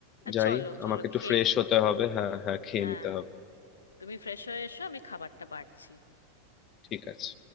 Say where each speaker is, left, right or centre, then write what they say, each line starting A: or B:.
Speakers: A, on the left; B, on the left.
A: আর
B: যাই
A: চলো চলো
B: আমাকে একটু
A: খেয়ে
B: ফ্রেশ
A: নিই
B: হতে হবে হ্যাঁ হ্যাঁ খেয়ে
A: হ্যাঁ
B: নিতে হবে
A: হ্যাঁ। তুমি ফ্রেশ হয়ে এসো আমি খাবারটা বাড়ছি
B: ঠিক আছে